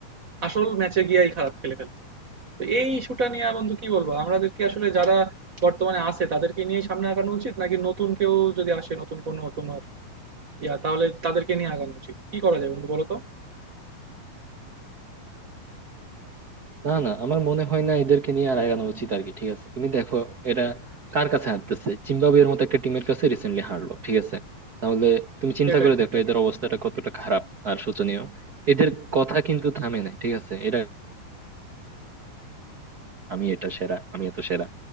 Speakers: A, on the right; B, on the right.
A: আসল ম্যাচে গিয়াই খারাপ খেলে ফেলে। তো এই ইস্যুটা নিয়ে বন্ধু কি বলবো? আমাদের কি আসলে যারা বর্তমানে আছে তাদেরকে নিয়ে সামনে আগানো উচিত নাকি নতুন কেউ যদি আসে নতুন কোনো তোমার ইয়া তাহলে তাদেরকে নিয়ে আগানো উচিত? কি করা যায় বন্ধু বলো তো?
B: না না আমার মনে হয় না এদেরকে নিয়ে আর আগানো উচিত আর কি ঠিক আছে তুমি দেখো এরা কার কাছে হারতেছে জিম্বাবুয়ের মতো একটা টিমের কাছে রিসেন্টলি হারলো ঠিক আছে তাহলে তুমি চিন্তা
A: সেটাই,
B: করে
A: সেটাই।
B: দেখো এদের অবস্থাটা কতটা খারাপ আর শোচনীয় এদের কথা কিন্তু থামে নাই ঠিক আছে এরা আমি এটা সেরা আমি এত সেরা